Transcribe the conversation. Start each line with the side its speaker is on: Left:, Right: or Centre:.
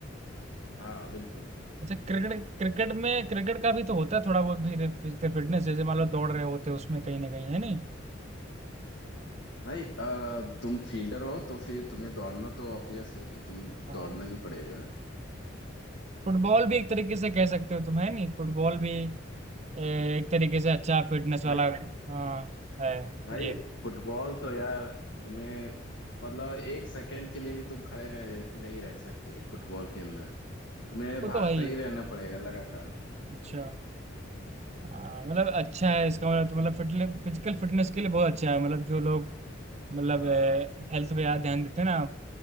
Left: हाँ बिल्कुल
Right: अच्छा क्रिकेट क्रिकेट में क्रिकेट का भी तो होता है थोड़ा बहुत भी फिजिकल फिटनेस जैसे मान लो दौड़ रहे होते हैं उसमें कहीं ना कहीं है नहीं
Left: भाई अ, तुम फील्डर हो तो फिर तुम्हें दौड़ना तो ऑब्वियस है कि तुम
Right: हाँ
Left: दौड़ना ही पड़ेगा
Right: फुटबॉल भी एक तरीके से कह सकते हो तुम है नहीं फुटबॉल भी ए, एक तरीके से अच्छा फिटनेस वाला
Left: भाई
Right: हाँ है
Left: भाई
Right: गेम
Left: फुटबॉल तो यार तुम्हें मतलब एक सेकंड के लिए भी तुम खड़े रह, नहीं रह सकते फुटबॉल के अंदर तुम्हें
Right: वो
Left: भागता
Right: तो है ही है।
Left: ही रहना पड़ेगा लगातार
Right: अच्छा हाँ, मतलब अच्छा है इसका मतलब तो मतलब फिटने, फिजिकल फिटनेस के लिए बहुत अच्छा है मतलब जो लोग मतलब
Left: हाँ
Right: हेल्थ पे ज्यादा ध्यान देते हैं ना